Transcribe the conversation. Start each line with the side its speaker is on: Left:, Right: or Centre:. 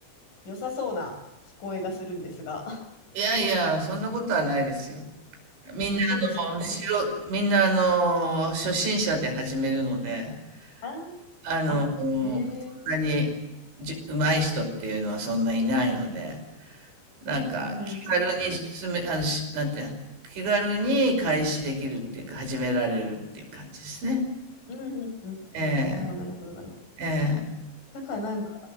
Left: 良さそうな聞こえがするんですが。<laughs>
Right: いやいや、そんなことはないですよ。みんなあの、
Left: あ、そうですか
Right: しろみんなあの、初心者で始めるので、
Left: あ
Right: あの、
Left: あ、
Right: うん、
Left: えー、
Right: そんなに、じゅ上手い人っていうのはそんないないので、なんか気軽に進めあの、
Left: うんうんうんうん。
Right: しなんて、気軽に開始できるっていうか、始められるっていう感じですね。
Left: うんうんうんうん。
Right: ええ、
Left: ああ、なるほど、なるほど。
Right: ええ。
Left: だからなんか、